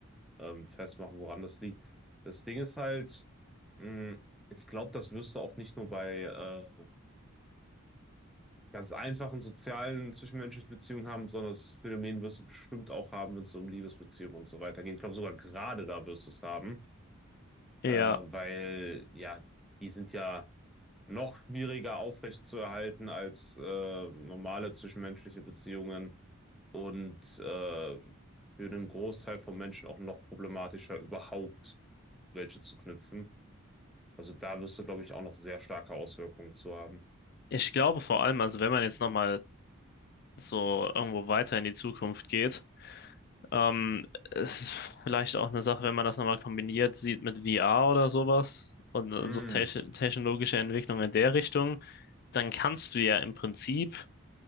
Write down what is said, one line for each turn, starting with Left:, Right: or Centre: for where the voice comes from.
Centre: ähm, festmachen, woran das liegt. Das Ding ist halt Mm, Ich glaube, das wirst du auch nicht nur bei äh, ganz einfachen sozialen zwischenmenschlichen Beziehungen haben, sondern das Phänomen wirst du bestimmt auch haben, wenn es so um Liebesbeziehungen und so weiter geht. Ich glaube, sogar gerade da wirst du es haben,
Left: Ja,
Centre: äh, weil ja, die sind ja noch schwieriger aufrechtzuerhalten als äh, normale zwischenmenschliche Beziehungen und äh, für den Großteil von Menschen auch noch problematischer, überhaupt welche zu knüpfen. Also da wirst du, glaube ich, auch noch sehr starke Auswirkungen zu haben.
Left: ich glaube vor allem, also wenn man jetzt nochmal so irgendwo weiter in die Zukunft geht. Ähm, es ist vielleicht auch eine Sache, wenn man das nochmal kombiniert sieht mit VR oder sowas und äh,
Centre: Hm,
Left: so techn- technologische Entwicklung in der Richtung, dann kannst du ja im Prinzip,